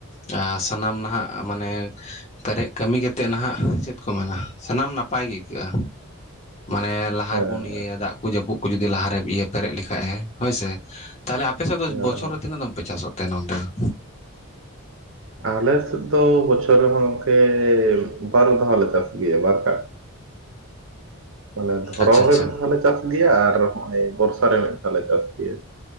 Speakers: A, on the left; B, on the right.
A: ᱟᱸ ᱥᱟᱱᱟᱢ ᱱᱟᱦᱟᱸᱜ ᱢᱟᱱᱮ ᱯᱮᱨᱮᱡ ᱠᱟᱹᱢᱤ ᱠᱟᱛᱮᱜ ᱱᱟᱦᱟᱸᱜ ᱪᱮᱫ ᱠᱚ ᱢᱮᱱᱟ ᱥᱟᱱᱟᱢ ᱱᱟᱯᱟᱭ ᱜᱮ ᱟᱹᱭᱠᱟᱹᱜᱼᱟ ᱢᱟᱱᱮ ᱞᱟᱦᱟ
B: ᱦᱮᱸ
A: ᱨᱮᱵᱚᱱ ᱤᱭᱟᱹᱭᱟ ᱫᱟᱜᱽ ᱠᱚ ᱡᱟᱹᱯᱩᱜ ᱠᱚ ᱡᱩᱫᱤ ᱞᱟᱦᱟᱨᱮ ᱤᱭᱟᱹ ᱡᱩᱫᱤ ᱯᱮᱨᱮᱜ ᱞᱮᱠᱷᱟᱭ ᱮ ᱦᱳᱭ ᱥᱮ, ᱛᱟᱦᱚᱞᱮ ᱟᱯᱮ ᱥᱮᱜ ᱫᱚ
B: ᱦᱮᱸ
A: ᱵᱚᱷᱚᱨ ᱨᱮ ᱛᱤᱱᱟᱹᱜ ᱫᱚᱢ ᱯᱮ ᱪᱟᱥᱚᱜ ᱛᱮ ᱱᱚᱰᱮ ᱦᱚᱸ
B: ᱟᱞᱮ ᱥᱮᱜ ᱫᱚ ᱵᱚᱪᱷᱚᱨ ᱨᱮᱢᱟ ᱜᱚᱝᱠᱮ ᱵᱟᱨ ᱫᱷᱟᱣᱞᱮ ᱪᱟᱥ ᱜᱮᱭᱟ ᱵᱟᱨ ᱠᱟᱴ᱾ ᱢᱟᱱᱮ ᱫᱷᱚᱨᱚᱢ
A: ᱟᱪᱪᱷᱟ ᱟᱪᱪᱷᱟ
B: ᱨᱮ ᱢᱤᱜ ᱫᱷᱟᱣᱞᱮ ᱪᱟᱥ ᱜᱮᱭᱟ ᱟᱨ ᱦᱚᱸᱜᱼᱚᱭ ᱵᱚᱨᱥᱟ ᱨᱮ ᱢᱤᱜ ᱫᱷᱟᱣ ᱞᱮ ᱪᱟᱥ ᱜᱮᱭᱟ᱾